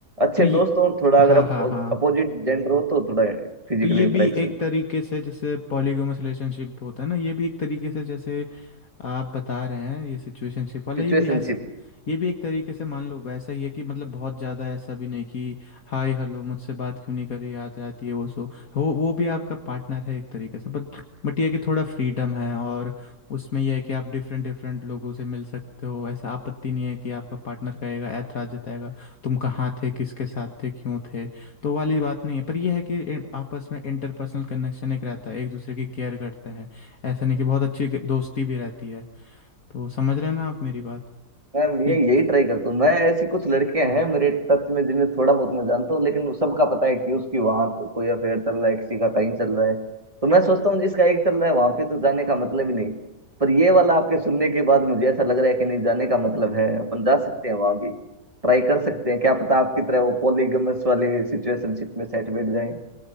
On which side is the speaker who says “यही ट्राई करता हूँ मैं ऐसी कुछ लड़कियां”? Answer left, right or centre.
Right